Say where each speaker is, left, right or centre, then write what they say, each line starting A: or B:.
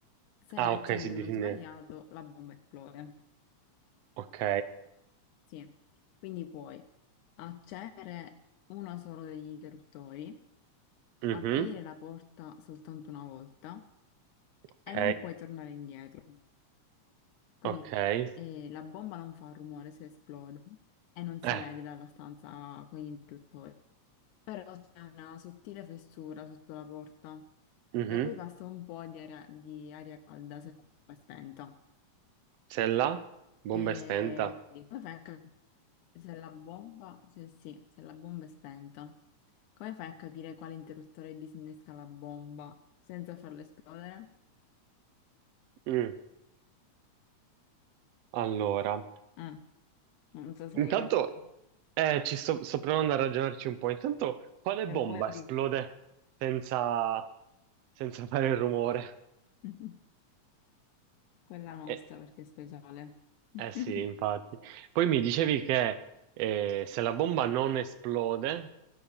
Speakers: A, on the left; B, on the right.
A: Se
B: Ah,
A: ne accendi
B: ok, si disinnesca.
A: uno sbagliato, la bomba esplode.
B: Ok,
A: Sì. Quindi puoi accendere uno solo degli interruttori,
B: mhm,
A: aprire la porta soltanto una volta
B: ok,
A: e non puoi tornare indietro. Quindi
B: ok.
A: eh, la bomba non fa rumore se esplode e non si
B: Eh,
A: vede dalla stanza con gli interruttori. però c'è una sottile fessura sotto la porta,
B: mhm.
A: da cui passa un po' di aria, di aria calda se la bomba è spenta.
B: Se la bomba
A: E
B: è spenta.
A: quindi come fai a capire se la bomba, se sì, se la bomba è spenta, come fai a capire quale interruttore disinnesca la bomba senza farla esplodere?
B: Mm, Allora.
A: Eh, non so se
B: Intanto,
A: hai capito.
B: eh, ci sto, sto provando a ragionarci un po'. Intanto, quale
A: Se
B: bomba
A: vuoi di
B: esplode senza, senza <laughs> fare il rumore?
A: <laughs> quella nostra
B: Eh,
A: perché è speciale. <laughs>
B: eh sì, infatti. Poi mi dicevi che eh, se la bomba non esplode,